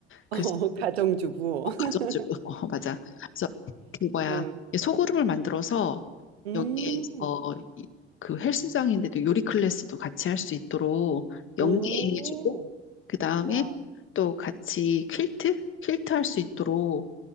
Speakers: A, on the left; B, on the right.
A: 그래서
B: 어, <laughs> 가정주부.
A: 어, 가정주부.
B: <laughs>
A: <laughs> 어, 맞아. 그래서 그 뭐야
B: 응.
A: 이 소그룹을 만들어서
B: 음.
A: 여기에서 이- 그 헬스장인데도 요리 클래스도 같이 할 수 있도록 연계해주고
B: 오.
A: 그 다음에
B: 와.
A: 또 같이 퀼트 퀼트 할 수 있도록